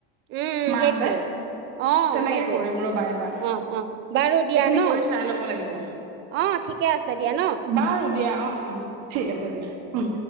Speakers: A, on the right; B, on the right.
A: উম
B: মাহঁতে।
A: সেইটোৱে অ
B: তেনেকে
A: সেইটোৱে
B: কৰিম ৰবা এবাৰ,
A: অ অ বাৰু দিয়া
B: এইখিনি
A: ন
B: কৰি চাই ল'ব লাগিব।
A: অ ঠিকে আছে দিয়া ন
B: বাৰু দিয়া অ অ ঠিক আছে দিয়া উম।